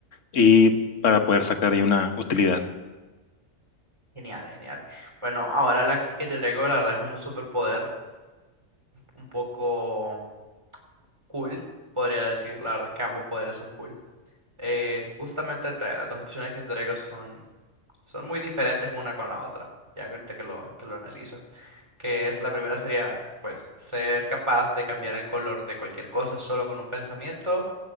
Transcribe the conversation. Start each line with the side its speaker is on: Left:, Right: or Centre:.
Left: y para poder sacar ahí una utilidad.
Right: Genial, genial. Bueno, ahora la que te traigo la verdad es un superpoder un poco cool, podría decir. La verdad es que ambos poderes son cool. Eh, justamente te- las dos opciones que te traigo son, son muy diferentes una con la otra, ya que ahorita que lo, que lo analizo, que es la primera sería pues ser capaz de cambiar el color de cualquier cosa solo con un pensamiento